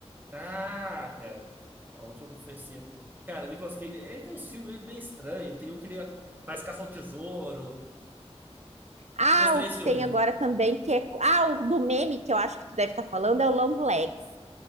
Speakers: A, on the right (about 15°); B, on the right (about 80°).
A: Ah, pera. A última profecia. Cara, Nicolas Cage, ele tem uns filmes meio estranhos. Tem um que ele faz caça ao tesouro.
B: Ah,
A: Tem uns três
B: o que
A: filmes.
B: tem agora também, que é. Ah, o do meme que eu acho que tu deve estar falando é o Long Legs.